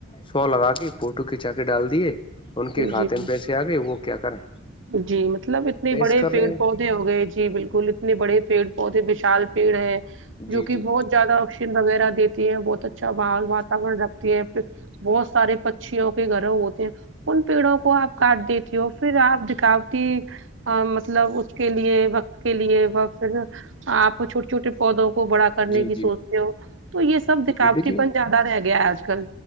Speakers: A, on the left; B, on the right.
A: سو لگا کے فوٹو کھینچا کے ڈال دیے ان کے کھاتے
B: جی
A: میں پیسے آ گئے وہ کیا کریں
B: جی مطلب اتنے
A: پیش
B: بڑے
A: کر
B: پیڑ
A: رہے ہیں
B: پودے ہو گئے جی جی بالکل اتنے بڑے پیڑ بہت ہی وشال پیڑ ہے جو
A: جی
B: کہ
A: جی
B: بہت زیادہ آکسیجن وغیرہ دیتی ہیں بہت اچھا واورن رکھتی ہے پھر بہت سارے پچیوں کے گرہ ہوتے ہیں ان پیڑوں کو آپ کاٹ دیتی ہو پھر آپ رکاو مطلب اس کے لیے وقت کے لیے پھر آپ کو چھ چھوٹے پودوں کو بڑا کرنے
A: جی
B: کی
A: جی
B: سوچتے ہو تو یہ سب دکھاوٹی
A: جی جی دیکھیے
B: پن زیادہ رہ گیا ہے آج کل